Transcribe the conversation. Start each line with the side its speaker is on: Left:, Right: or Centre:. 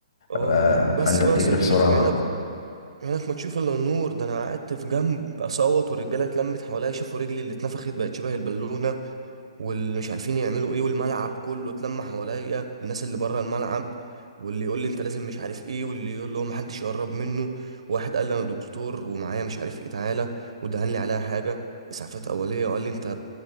Right: اه
Left: آه،
Right: بس
Left: فانت
Right: بقى
Left: بتجري
Right: يا صديقي
Left: بسرعة
Right: وعينك
Left: بقى
Right: عينك ما تشوف الا النور ده انا قعدت في جنب اصوت والرجاله اتلمت حواليا شافوا رجلي اللي اتنفخت بقت شبه البالونه واللي مش عارفين يعملوا ايه والملعب كله اتلم حواليا الناس اللي بره الملعب واللي يقول لي انت لازم مش عارف ايه واللي يقول له محدش يقرب منه واحد قال لي انا دكتور ومعايا مش عارف ايه تعالى ودهن لي عليها حاجه اسعافات اوليه وقال لي انت